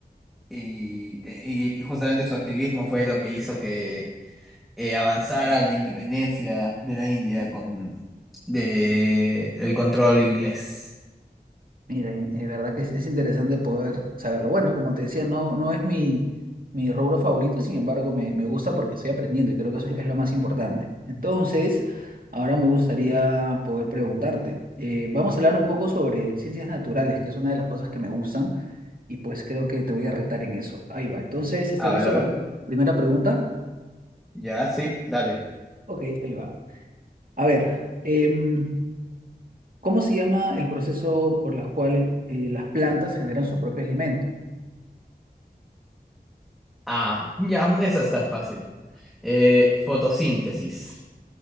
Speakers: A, in the centre; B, on the right.
A: Y, y- y justamente su activismo fue lo que hizo que eh, avanzara la independencia de la India con de el control inglés.
B: Mira, es verdad que es, es interesante poder saberlo. Bueno, como te decía, no, no es mi, mi rubro favorito, sin embargo, me, me gusta porque estoy aprendiendo y creo que eso es lo más importante. Entonces, ahora me gustaría poder preguntarte. eh, vamos a hablar un poco sobre ciencias naturales, que es una de las cosas que me gustan, y pues creo que te voy a retar en eso. Ahí va. Entonces, ¿estás
A: A ver,
B: listo
A: a ver.
B: para la primera pregunta?
A: Ya, sí, dale.
B: Ok, ahí va. A ver, em, ¿cómo se llama el proceso por el cual eh, las plantas generan su propio alimento?
A: Ah, ya, esa está fácil. Eh, fotosíntesis.